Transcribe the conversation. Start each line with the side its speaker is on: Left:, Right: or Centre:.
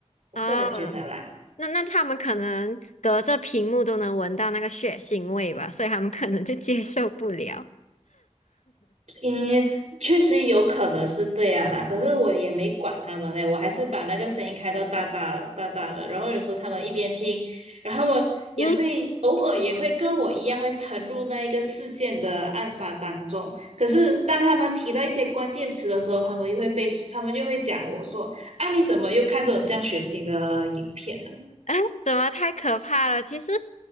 Right: 我个人觉得啦。
Left: 哦，那那他们可能隔着屏幕都能闻到那个血腥味吧，所以他们可能就接受不了。
Right: 嗯，确实有可能是这样啦，可是我也没管他们嘞，我还是把那个声音开到大大大大的，然后有时候他们一边听，然后我也会偶尔也会跟我一样会沉入那一个事件的案发当中，
Left: <laughs> 嗯。
Right: 可是当他们提到一些关键词的时候，他们又会被他们又会讲我说啊你怎么又看这种这样血腥的影片？
Left: <laughs> 啊，怎么太可怕了？其实